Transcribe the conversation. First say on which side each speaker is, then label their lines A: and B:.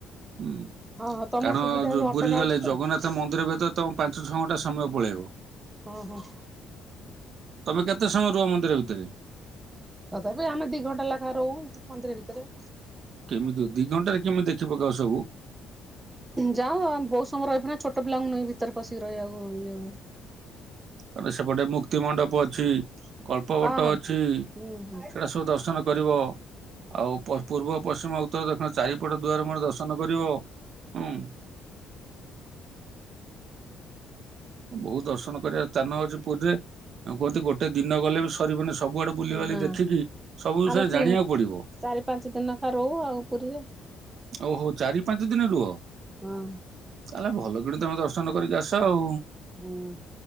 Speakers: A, on the right; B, on the right.
A: ହୁଁ,
B: ହଁ ହଁ ତମ
A: କାରଣ
B: ସୁବିଧା ହଉଛି
A: ଯୋଉ
B: ଅଟୋଟା
A: ପୁରୀ ଗଲେ
B: ଅଛି ତ
A: ଜଗନ୍ନାଥ ମନ୍ଦିର ଭିତରେ ତମ ପାଞ୍ଚ ଛଅ ଘଣ୍ଟା ସମୟ ପଳେଇବ।
B: ଓହୋ।
A: ତମ କେତେ ସମୟ ରୁହ ମନ୍ଦିର ଭିତରେ?
B: ତଥାପି ଆମେ ଦି ଘଣ୍ଟା ଲେଖା ରହୁ ମନ୍ଦିର ଭିତରେ।
A: କେମିତି ଦି ଘଣ୍ଟାରେ କେମି ଦେଖି ପକାଅ ସବୁ?
B: ଯାଉ ଆଉ ବହୁତ ସମୟ ରହିବ ନା ଛୋଟ ପିଲାଙ୍କୁ ନେଇକି ଭିତରେ ପସିକି ରହିବାକୁ ଇଏ ହୁଏ।
A: ତାପରେ ସେପଟେ ମୁକ୍ତି ମଣ୍ଡପ ଅଛି। କଳ୍ପ ବଟ
B: ହଁ ହଁ
A: ଅଛି,
B: ହୁଁ
A: ସେଗୁଡ଼ା ସବୁ ଦର୍ଶନ କରିବ। ଆଉ ପ-ପୂର୍ବ, ପଶ୍ଚିମ, ଉତ୍ତର, ଦକ୍ଷିଣ ଚାରିପଟ ଦୁଆର ମୁହଁ ରେ ଦର୍ଶନ କରିବ, ହୁଁ। ବହୁତ ଦର୍ଶନ କରିବା ସ୍ଥାନ ଅଛି ପୁରୀରେ, କୁହନ୍ତି ଗୋଟେ ଦିନ ଗଲେ ବି ସ ବନି, ସବୁଆଡେ ବୁଲିିବାଲି
B: ହୁଁ ନା
A: ଦେଖିକି ସବୁ ବିଷୟରେ
B: ଆମେ
A: ଜାଣିବାକୁ ପଡିବ।
B: ଚାରି ପାଞ୍ଚ ଦିନ ଆ ରହୁ ଆଉ ପୁରୀରେ।
A: ଓ ହୋ ଚାରି ପାଞ୍ଚ ଦିନ ରୁହ?
B: ହଁ।
A: ତାହେଲେ ଭଲକିଣି ତମେ ଦର୍ଶନ କରିକି ଆସ ଆଉ,
B: ହୁଁ